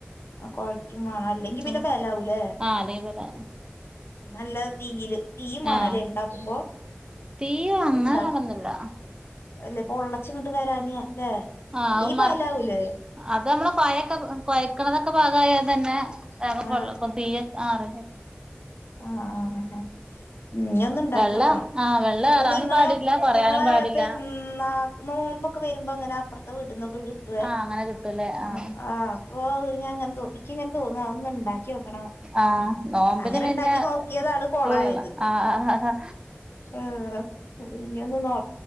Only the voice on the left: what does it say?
ആ കുഴയ്ക്കും വേണം അല്ലെങ്കി പിന്നെ
ബലാവുലേ
നല്ല തീയില് തീ വേണല്ലേ
ഇണ്ടാക്കുമ്പോ
ണ്ട
അല്ലപ്പൊള്ളച്ചങ്ങട്ട് വരാന് ല്ലെ
അല്ലെങ്കിപലാവൂലേ
ആ
ആ ആ അ ഞ്ഞി ഒന്ന്ണ്ടാക്കി
നോക്കണം
അപ്പൊ
നിങ്ങളെ
നിങ്ങള്
പെരുന്ന നോമ്പക്കെ വരുമ്പോ എങ്ങന അപ്പുറത്തെ വീട്ടിൽന്നൊക്കെ കിട്ടുവേ
ആആ
അപ്പൊ <unintelligible> അങ്ങന്തോ നിക്ക് ഇങ്ങനെ തോന്നുവ അതൊന്നെണ്ടാക്കി നോക്കണം
അങ്ങനെണ്ടാക്കി
നോക്കിയതാണ് കൊളായത്
ആഹ്‌ ഇനി ഒന്ന് നോ